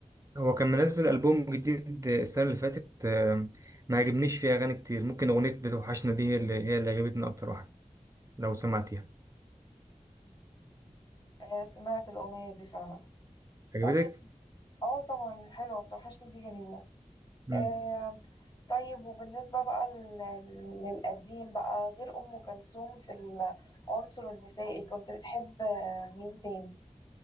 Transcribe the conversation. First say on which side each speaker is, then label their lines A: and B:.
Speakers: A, on the right (about 25°); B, on the left (about 35°).
A: هو كان منزل ألبوم جديد السنة اللي فاتت آم، ما عجبنيش فيه أغاني كتير ممكن أغنية بتوحشنا دي هي اللي هي اللي عجبتني أكتر واحدة لو سمعتيها
B: آه سمعت الأغنية دي فعلا
A: عجبتك؟
B: طيب اه طبعا حلوة بتوحشني دي جميلة
A: امم
B: آه طيب وبالنسبة بقى لل- للقديم بقى غير أم كلثوم في العنصر النسائي كنت بتحب آه، مين تاني؟